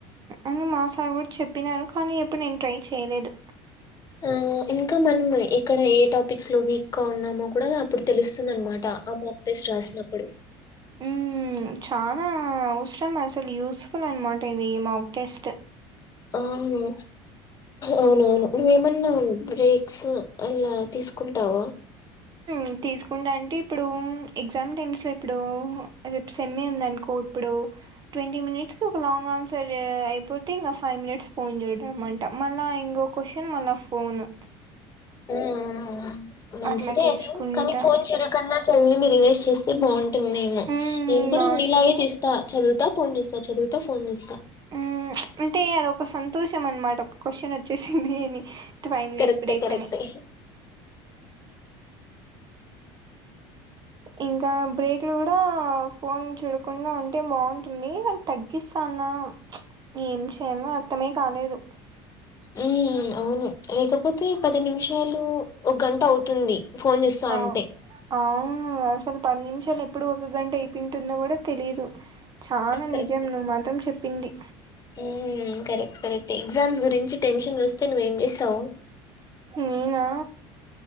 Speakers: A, on the right; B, on the left.
A: అని మా సార్ కూడా చెప్పినారు కానీ ఎప్పుడు నేను ట్రై చేయలేదు
B: ఆ ఇంకా మనం ఇక్కడ ఏ టాపిక్స్ లో వీక్ గా ఉన్నామో కూడా అప్పుడు తెలుస్తుంది అన్నమాట రాసినప్పుడు
A: ఉ ఉ చాలా అవసరం అసలు యూస్ఫుల్ అన్న మాట ఇది మాక్ టెస్ట్
B: అవును అవునవును నువ్వేమన్నా బ్రేక్స్ అలా తీసుకుంటావా
A: ఉ తీసుకుంటా అంటే ఇప్పుడు ఎగ్జామ్ టైమ్స్ లో ఇప్పుడు రేపు సెమే ఉంది అనుకో ఇప్పుడు ట్వంటీ మినిట్స్కి ఒక లాంగ్ ఆన్సర్ అయిపోతే ఇంకా ఫైవ్ మినిట్స్ ఫోన్ చూడడం అన్ట మల్ల ఇంకో క్వశ్చన్ మల్ల ఫోను
B: ఆ అ అ మంచిదే
A: అట్లా తీసుకుంటా.
B: అది కానీ ఫోన్ చూడకుండా చదివిన రివైజ్ చేస్తే బాగుంటుంది ఏమో
A: హ్మ్.
B: నేను కూడా
A: బావుంటుంది.
B: నీలాగే చేస్తా చదువుతా ఫోన్ చూస్త చదువుత ఫోన్ చూస్తా
A: ఉ అంటే అదొక సంతోషం అనమాట ఒక క్వశ్చన్ వచ్చేసింది అని ఫైవ్ మినిట్స్
B: కరెక్టే
A: బ్రేక్
B: కరెక్టే
A: అని ఇంకా బ్రేక్లో కూడా ఫోన్ చూడకుండా ఉంటే బాగుంటుంది దాని తగ్గిస్తా న్నా ఏం చేయాలో అర్థమే కాలేదు
B: ఉ అవును లేకపోతే పది నిమిషాలు ఒక గంట అవుతుంది ఫోన్ చూస్తా
A: అవు
B: ఉంటే
A: అవును అసలు పది నిమిషాలు ఎప్పుడు ఒక గంట అయిపోయింటుందో కూడా తెలీదు చానా
B: కరెక్ట్
A: నిజం నువ్వు మాత్రం చెప్పింది
B: హ్మ్ కరెక్ట్ కరెక్ట్ ఎగ్జామ్స్ గురించి టెన్షన్ వస్తే నువ్వు ఏం చేస్తావు
A: నేనా